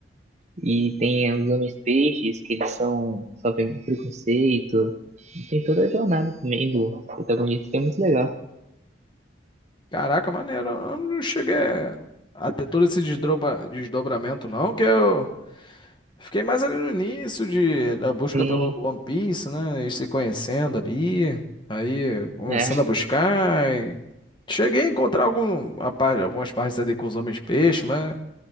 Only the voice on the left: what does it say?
Caraca, maneiro. Eu não cheguei a ter todo esse desdroba- desdobramento, não, que eu fiquei mais ali no início de... da busca
pelo One Piece, né? Eles se conhecendo ali. Aí começando
a buscar. e Cheguei a encontrar algum... a parte- algumas partes ali com os homens peixe, mas